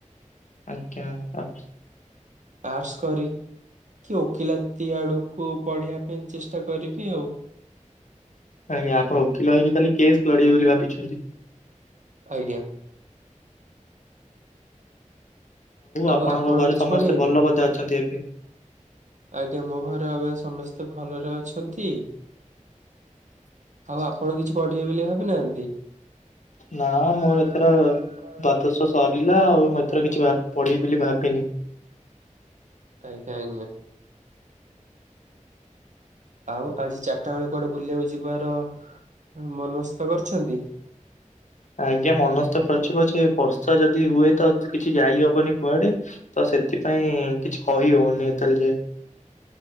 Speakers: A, on the left (about 70°); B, on the right (about 70°).
A: ଆଜ୍ଞା ଆପ୍
B: ଆର୍ଟସ୍ କରିକି ଓକିଲାତି ଆଡକୁ ପଢିବା ପାଇଁ ଚେଷ୍ଟା କରିବି ଆଉ।
A: ଆଜ୍ଞା ଆପଣ ଓକିଲ ହେଇକି ତାହେଲି କେସ୍ ଲଢିବେ ବୋଲି ଭାବିଛନ୍ତି।
B: ଆଜ୍ଞା। ଆଉ
A: ଆପଣଙ୍କ
B: ଆପଣ
A: ଘରେ
B: କିଛି
A: ସମସ୍ତେ
B: ପଢିବେନି?
A: ଭଲ ବୋଧେ ଅଛନ୍ତି ଏବେ?
B: ଆଜ୍ଞା ମୋ ଘରେ ଏବିକା ସମେସ୍ତେ ଭଲରେ ଅଛନ୍ତି। ଆଉ ଆପଣ କିଛି ପଢିବେ ବୋଲି ଭାବିନାହାନ୍ତି?
A: ନା ମୋର ଏଥର ଦ୍ଵାଦଶ
B: ମୋ ଯାତ୍ରା
A: ସରିଲା
B: ତ
A: ଆଉ
B: ସରିଲା
A: ମୁଁ ଏଥର କିଛି
B: ଆଉ
A: ଭା ପଢିବି ବୋଲି ଭାବିନି।
B: ଆଜ୍ଞା ଆଜ୍ଞା। ଆଉ ଆଜି ଚାରଟା ବେଳେ କୁଆଡେ ବୁଲିବାକୁ ଯିବାର ଏ ମନସ୍ଥ କରିଛନ୍ତି?
A: ଆଜ୍ଞା ମନସ୍ତ କରିଛି ପଛେ ବର୍ଷା ଯଦି ହୁଏ ତ କିଛି ଯାଇହବନି କୁଆଡେ ତ ସେଥିପାଇଁ କିଛି କହିହୋଉନି ଏତୋଳ ଯାଏ।